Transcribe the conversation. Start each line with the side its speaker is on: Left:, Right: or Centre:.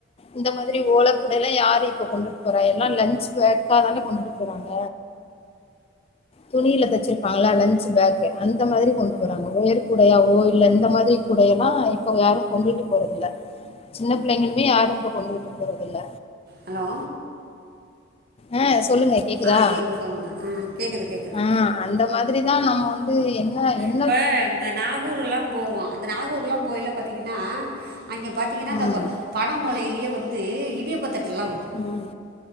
Left: இந்த மாதிரி ஓல கூட எல்லா யாரு இப்ப கொண்டுட்டு போறா எல்லா லஞ்சு பாக்காதானே கொண்டுட்டு போறாங்க துணியில தச்சிருப்பாங்களா லன்சு பேக்கு அந்த மாதிரி கொண்டு போறாங்க ஒயர் கூடையாவோ இல்ல இந்த மாதிரி கூடைய எல்லா இப்ப யாரு கொண்டுட்டு போறதுல்ல சின்ன பிள்ளைங்களுமே யாரு இப்ப கொண்டுட்டு போறதில்ல
Right: ஹலோ
Left: ஆ சொல்லுங்க கேக்குதா
Right: ஆ சொல்லு சொல்லுங்க ஆ கேக்குது கேக்குது
Left: ஆ அந்த மாதிரிதா நம்ம வந்து என்ன என்
Right: இப்ப இந்த நாகூர் எல்லா போவோ அந்த நாகூர் எல்லா போயில பாத்தீங்கன்னா அங்கே பாத்தீங்கன்னா
Left: ம்
Right: நம்ப பன ஒலையிலேயே வந்து இடியாப்ப தட்டுல்லா
Left: ம்